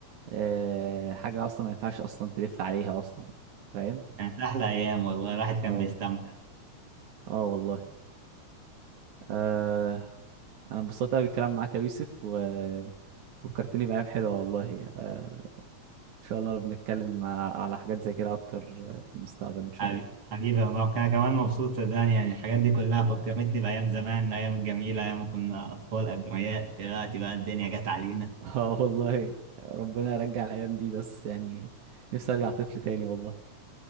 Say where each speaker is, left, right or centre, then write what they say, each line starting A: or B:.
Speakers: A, on the right (about 80°); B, on the right (about 50°).
A: أه... حاجه اصلا ما ينفعش اصلا تلف عليها اصلا فاهم
B: كانت احلى ايام والله الواحد كان
A: اه
B: بيستمتع
A: اه والله أه... انا انبسطت قوي بالكلام معاك يا يوسف وفكرتني بايام حلوه والله آه... شاء الله بنتكلم مع... على حاجات زي كده اكتر في المستقبل ان شاء
B: حبيبي
A: الله
B: حبيبي يا مروان انا كمان مبسوط صدقني يعني الحاجات دي كلها فكرتني بايام زمان الايام الجميله ايام ما كنا اطفال ابرياء دلوقتي بقى الدنيا جت علينا
A: <laughs> اه والله ربنا يرجع الايام دي بس يعني نفسي ارجع طفل تاني والله